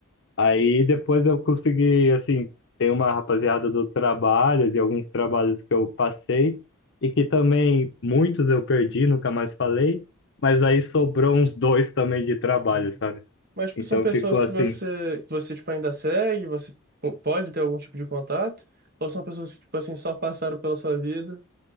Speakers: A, on the left; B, on the right.
A: Aí depois eu consegui, assim, tem uma rapaziada do trabalho, de alguns trabalhos que eu passei, e que também muitos eu perdi, nunca mais falei, mas aí sobrou uns dois também de trabalho,
B: Uhum.
A: sabe?
B: Mas tipo,
A: Então
B: são pessoas
A: ficou
B: que
A: assim,
B: você, que você tipo, ainda segue, você po- pode ter algum tipo de contato, ou são pessoas que tipo, assim, só passaram pela sua vida